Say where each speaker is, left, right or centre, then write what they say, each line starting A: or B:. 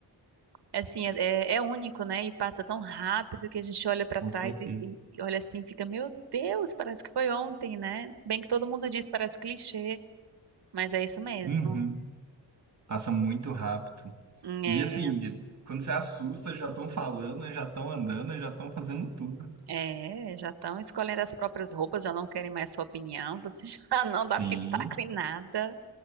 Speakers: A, on the right (about 60°); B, on the right (about 40°).
A: assim, é, assim, é- é único, né? E passa tão rápido que a gente olha pra
B: Com
A: trás
B: certeza.
A: e, e olha assim, e fica, meu Deus, parece que foi ontem, né? Bem que todo mundo diz, parece clichê, mas é isso mesmo.
B: Uhum. Passa muito rápido.
A: É.
B: E assim, quando você assusta, já estão falando, já estão andando, já estão fazendo tudo.
A: É, já estão escolhendo as próprias roupas, já não querem mais sua opinião, você <laughs> já não
B: Sim,
A: dá pitaco em nada.